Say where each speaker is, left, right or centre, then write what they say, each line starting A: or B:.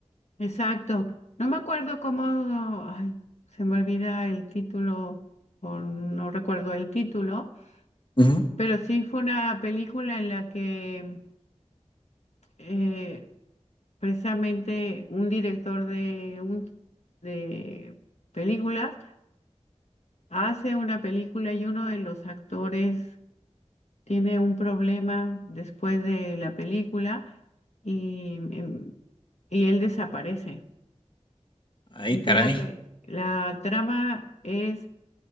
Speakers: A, on the left (about 70°); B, on the left (about 40°).
A: exacto. No me acuerdo cómo, ay, se me olvida el título o no recuerdo el título,
B: Ujú.
A: pero sí fue una película en la que eh, precisamente un director de, un, de películas Hace una película y uno de los actores tiene un problema después de la película y, em, y él desaparece.
B: Ay,
A: Entonces
B: caray.
A: la, pe- la trama es